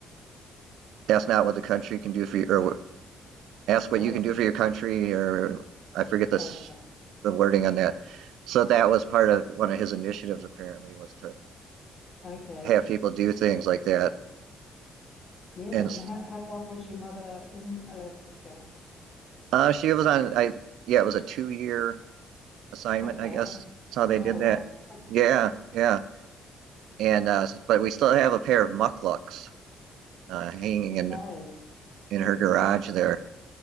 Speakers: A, on the right; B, on the left.
A: ask not what the country can do for you or ask what
B: Oh,
A: you
B: yeah.
A: can do for your country or I forget this
B: Okay.
A: the wording on that. So that was part of one of his initiatives apparently was to
B: Okay.
A: have people do things like that.
B: Yeah.
A: And
B: And how, how long was your mother in Alaska?
A: uh, she was on I yeah it was a two year assignment,
B: Okay.
A: I guess.
B: oh, that's
A: That's how they
B: Quite
A: did
B: a long
A: that.
B: oh,
A: Yeah, yeah. And uh, but we still have a pair of mucklucks uh, hanging in
B: day.
A: in her garage there,